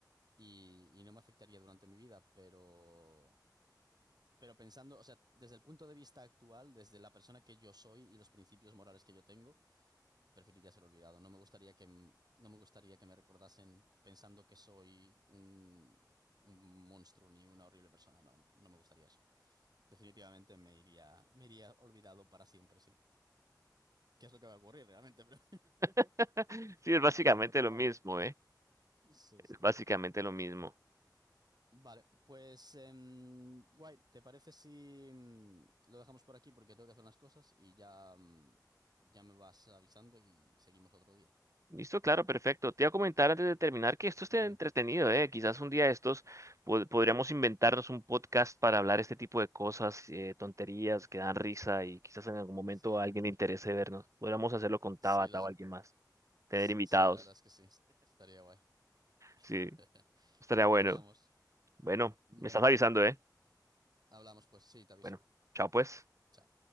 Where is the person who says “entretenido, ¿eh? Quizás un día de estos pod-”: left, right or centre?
Right